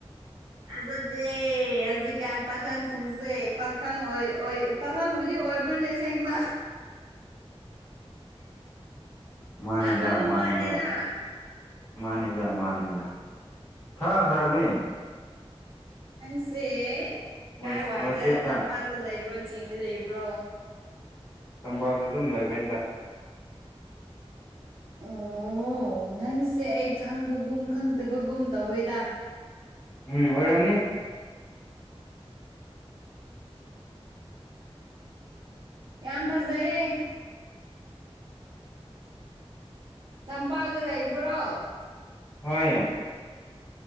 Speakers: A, on the right (about 50°); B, on the left (about 15°).
A: ꯊꯥꯖꯗ‌ꯦ ꯍꯧꯖꯤꯛꯀꯥꯟ ꯄꯥꯈꯪꯁꯤꯡꯁꯦ ꯄꯥꯈꯪ ꯑꯣꯏ ꯄꯥꯈꯪꯕꯨꯗꯤ ꯑꯣꯏꯕ꯭ꯔꯣꯅꯦ ꯁꯦꯡꯃ
B: ꯃꯥꯅꯤꯗ
A: ꯊꯥꯖꯕ
B: ꯃꯥꯅꯤꯗ
A: ꯋꯥꯠꯂꯤꯗ
B: ꯃꯥꯅꯤꯗ ꯃꯥꯅꯤꯗ ꯊꯥꯈ꯭ꯔꯕꯅꯦ
A: ꯅꯪꯁꯦ
B: ꯋꯥꯠꯁ
A: ꯀꯥꯏꯋꯥꯏꯗ
B: ꯋꯥꯆꯦꯞꯇ
A: ꯇꯝꯄꯥꯛꯇ ꯂꯩꯕ꯭ꯔꯣ ꯆꯤꯡꯗ ꯂꯩꯕ꯭ꯔꯣ
B: ꯇꯝꯄꯥꯛꯗ ꯑꯗꯨꯝ ꯂꯩꯕꯩꯗ
A: ꯑꯣ ꯅꯪꯁꯦ ꯑꯩ ꯈꯪꯕꯒꯨꯝ ꯈꯪꯗꯕꯒꯨꯝ ꯇꯧꯋꯦꯗ
B: ꯎꯝ ꯑꯣꯏꯔꯝꯅꯤ
A: ꯌꯥꯝ ꯐꯖꯩꯌꯦ ꯆꯝꯄꯥꯛꯇ ꯂꯩꯕ꯭ꯔꯣ
B: ꯍꯣꯏ ꯌꯥ